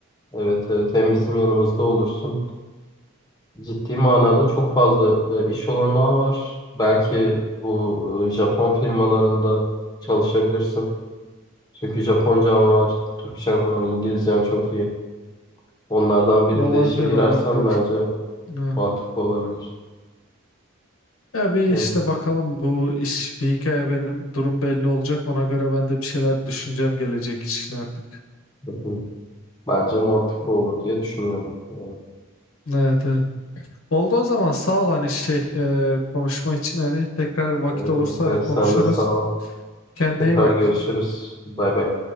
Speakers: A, on the left; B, on the left.
A: evet evet hem bizim yanımızda olursun. Ciddi manada çok fazla e, iş olanağı var. Belki bu e, Japon firmalarında çalışabilirsin. Çünkü Japoncam var, Türkçem var, İngilizcem çok iyi. Onlardan birinde
B: Olabilir
A: işe girersen
B: olabilir.
A: bence
B: Ha.
A: mantıklı olabilir.
B: Ya bir
A: Hı,
B: işte bakalım bu iş bir hikaye benim durum belli olacak. Ona göre ben de bir şeyler düşüneceğim gelecek için artık.
A: hı. hı. Bence mantıklı olur diye düşünüyorum. Evet,
B: Evet evet. Oldu o zaman sağ ol hani şey e, konuşma için hani tekrar vakit
A: evet
B: olursa
A: Mukay,
B: konuşuruz.
A: sen de sağ ol.
B: Kendine
A: Tekrar
B: iyi bak.
A: görüşürüz. Bay bay.